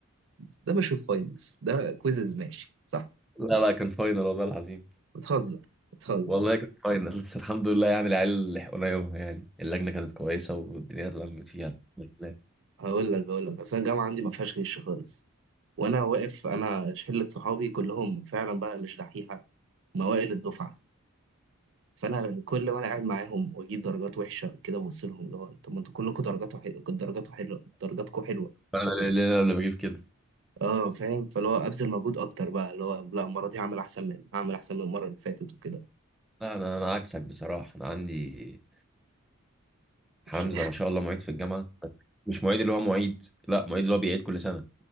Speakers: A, on the right; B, in the centre.
A: بس ده بشوف فاينلز ده كويزز ماشي صح
B: <laughs> لا لا كان فاينل والله العظيم
A: بتهزر بتهزر
B: والله كانت فاينل بس الحمد لله يعني العيال لحقونا يومها يعني اللجنه كانت كويسه والدنيا اتلمت فيها الحمد لله
A: هقول لك هقول لك اصل الجامعه عندي ما فيهاش غش خالص وانا واقف انا شله صحابي كلهم فعلا بقى مش دحيحه موائل الدفعه فانا كل ما انا قاعد معاهم واجيب درجات وحشه كده ببص لهم اللي هو طب ما انتوا كلكم درجاتكم حلوه درجاتكم حلوه درجاتكم حلوه
B: فانا اللي انا بجيب كده
A: اه فاهم فاللي هو ابذل مجهود اكتر بقى اللي هو لا المره دي هعمل احسن من هعمل احسن من المره اللي فاتت وكده
B: لا انا انا عكسك بصراحه انا عندي حمزه
A: مش-
B: ما شاء الله معيد في الجامعه مش معيد اللي هو معيد لا معيد اللي هو بيعيد كل سنه